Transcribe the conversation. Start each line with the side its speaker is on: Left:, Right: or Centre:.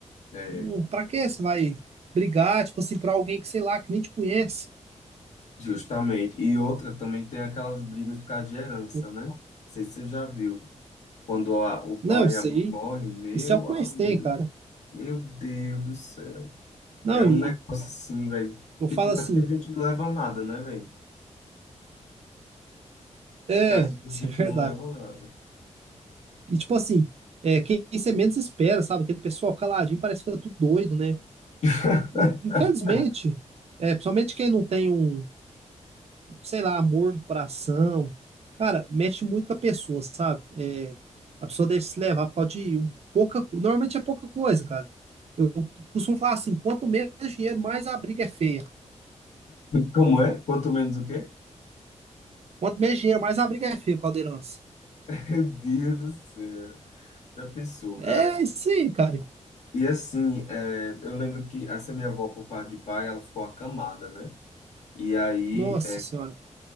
Left: É,
Right: Hum, pra que você vai brigar, tipo assim, pra alguém que, sei lá, que nem te conhece?
Left: justamente. E outra também tem aquelas brigas por causa de herança,
Right: Eu,
Left: né? Não sei se você já viu. Quando a- o pai
Right: não, isso
Left: e a mãe
Right: aí,
Left: morrem, meu
Right: isso é o que mais
Left: amigo,
Right: tem, cara.
Left: meu Deus do céu.
Right: Não,
Left: É um
Right: e
Left: negócio assim, velho.
Right: eu
Left: Tipo,
Right: falo
Left: daqui
Right: assim,
Left: a gente não leva nada, né, velho?
Right: é,
Left: Daqui
Right: <laughs> isso
Left: a gente
Right: é verdade.
Left: não leva nada.
Right: E tipo assim, é, quem você menos espera, sabe? Aquele pessoal caladinho parece que tá tudo doido, né?
Left: <laughs>
Right: O- Infelizmente, é, principalmente quem não tem um, sei lá, amor no coração, cara, mexe muito com a pessoa, sabe? É, a pessoa deve se levar por causa de um, pouca, co- normalmente é pouca coisa, cara. Eu costumo falar assim, quanto menos dinheiro, mais a briga é feia.
Left: Como é? Quanto menos o quê?
Right: Quanto menos dinheiro, mais a briga é feia, Caldeirãs.
Left: Meu Deus do céu. Já pensou,
Right: É
Left: cara?
Right: isso aí, cara.
Left: E assim, é, eu lembro que essa minha avó, por parte de pai, ela ficou acamada, né? E aí
Right: Nossa senhora.